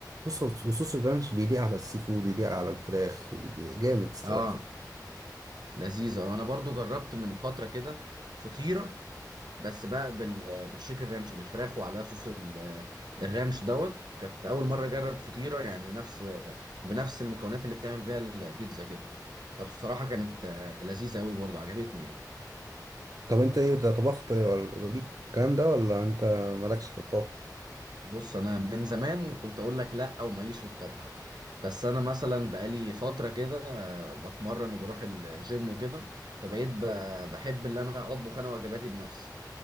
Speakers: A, on the right; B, on the right.
A: بص هو وصوص الرانش بيليق على السي فود يليق على الفراخ بي- جامد الصراحه
B: اه لذيذة وانا برضو جربت من فترة كده فطيرة بس بقى بال... بالتشيكن رانش بالفراخ وعليها صوص ال... الرانش دوت كانت اول مرة اجرب فطيرة يعني نفس آه، بنفس المكونات اللي بتعمل بيها البيتزا كده فبصراحة كانت آه، لذيذة قوي برضو عجبتني يعني
A: طب انت ايه ده طبخت ولا- ليك في الكلام ده ولا انت مالكش في الطبخ
B: بص انا من زمان كنت اقول لك لا او ماليش في الطبخ بس انا مثلا بقالي فتره كده آه، بتمرن وبروح الجيم وكده فبقيت ب- بحب اللي انا اطبخ انا وجباتي بنفسي